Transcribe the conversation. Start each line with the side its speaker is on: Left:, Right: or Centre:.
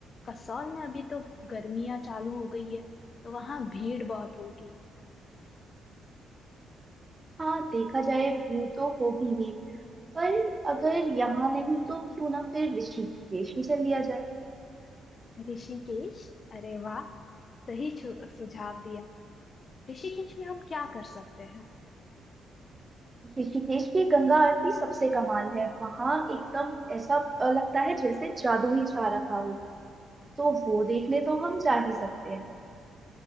Left: कसौल में अभी तो गर्मियां चालू हो गई है तो वहां भीड़ बहुत होगी
Right: हाँ देखा जाए भीड़ तो होगी ही पर अगर यहाँ नहीं तो क्यों ना फिर ऋषिकेश ही चल लिया जाए
Left: ऋषिकेश अरे वाह सही छु- सुझाव दिया ऋषिकेश में हम क्या कर सकते हैं
Right: ऋषिकेश की गंगा आरती सबसे कमाल है वहां एकदम ऐसा अ, लगता है जैसे जादू ही छा रखा हो तो वो देखने तो हम जा ही सकते हैं